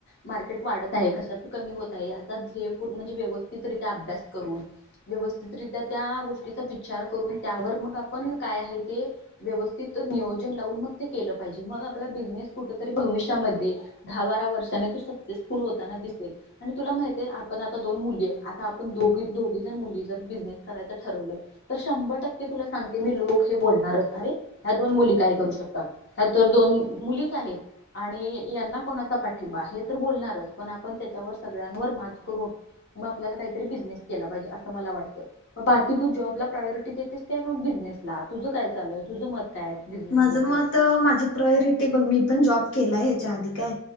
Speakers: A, on the left; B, on the left.
A: मार्केट वाढत आहे कशाच कमी होत आहे याचा म्हणजे व्यवस्थितरित्या अभ्यास करून व्यवस्थितरित्या त्या गोष्टीचा विचार करून त्यावर मग आ पण काय आहे ते व्यवस्थित नियोजन लावून मग ते केलं पाहिजे मग आपला बिझनेस कुठेतरी भविष्यामध्ये दहा बारा वर्षानी तू सक्सेसफुल होताना दिसेल आणि तुला माहित आहे आपण आता दोन मुली आता आप दोघ दोघी जण मुली जर बिझनेस करायच ठरवलं तर शंभर टक्के तुला सांगते मी लोक हे बोलणारच अरे ह्या दोन मुली काय करू शकतात. ह्या तर दोन मुलीच आहेत आणि यांना कोणाचा पाठिंबा हे तर बोलणारच पण आपण त्याच्यावर सगळ्यांवर मात करून मग आपल्याला काहीतरी बिझनेस केला पाहिजे. असं मला वाटतं, म बाकी तू जॉबला प्रायोरिटी देतेस काय मग बिझनेस ला तुझं काय चालूय, तुझं मत काय आहे बिझनेस
B: माझं
A: बद्दल
B: मत माझी प्रायोरिटी बघ मी पण जॉब केलाय ह्याच्या आधी काय.